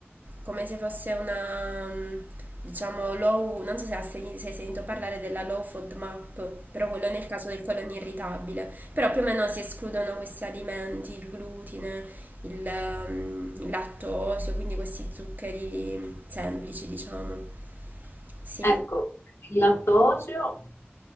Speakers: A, on the right; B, on the left.
A: come se fosse una, mm, diciamo, low, non so se hai senti- se hai sentito parlare della low FODMAP, però quello nel caso del colon irritabile, però più o meno si escludono questi alimenti, il glutine, il, ehm, il lattosio, quindi questi zuccheri semplici, diciamo. Sì,
B: Ecco, il lattosio